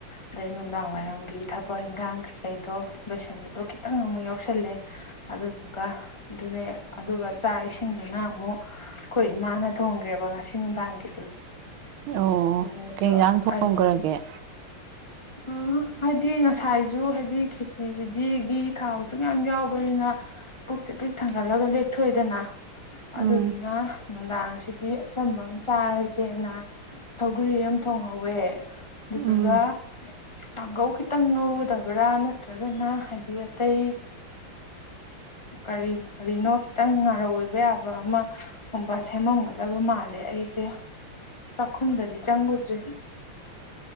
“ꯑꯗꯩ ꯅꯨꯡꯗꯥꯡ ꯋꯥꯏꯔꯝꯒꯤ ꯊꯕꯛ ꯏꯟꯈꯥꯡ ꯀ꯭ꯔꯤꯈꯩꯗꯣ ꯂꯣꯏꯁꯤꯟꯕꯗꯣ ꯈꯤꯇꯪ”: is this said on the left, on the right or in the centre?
Left